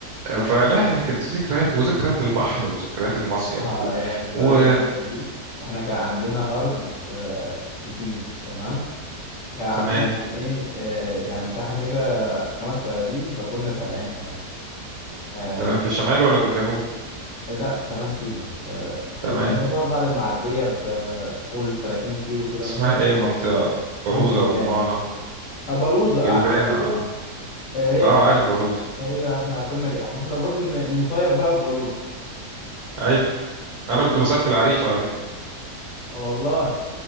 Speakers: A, on the right; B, on the left.
A: فلا هي كانت ذكريات وذكريات البحر وذكريات المصيف
B: اه
A: و...
B: يا ذكريات
A: و...
B: البحر دي احنا كان عندنا أرض في في سينا تمام كان عندنا
A: تمام
B: يعني ايه آه يعني مساحة كده خمس فدادين فكنا زارعينها يعني آه
A: تمام في الشمال ولا في الجنوب
B: لا في شمال سيناء ف-
A: تمام
B: يعني يعتبر بعد المعدية بقول 30 كيلو كده
A: اسمها
B: مثلا
A: ايه المنطقة بلوزة
B: نهج البيانة
A: رمانة
B: بلوزة
A: جلبانة
B: عارف بلوزة
A: اه
B: آه، هي
A: اه عارف بلوزة
B: هي احنا كنا جا- احنا كنا بنروح ن- نصيف بقى في بلوزة
A: ايوه انا
B: كنا
A: كنت بسافر في العريش على فكرة
B: والله